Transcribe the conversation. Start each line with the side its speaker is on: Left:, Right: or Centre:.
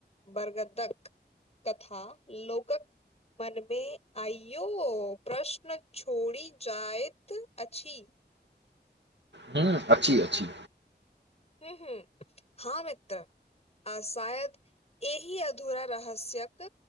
Left: बरगदक कथा लोकक मनमे आइयो प्रश्न छोड़ी जायत अछि
Right: ह अछि अछि
Left: हू हू ह मित्र आ शायद एहि अधूरा रहस्यक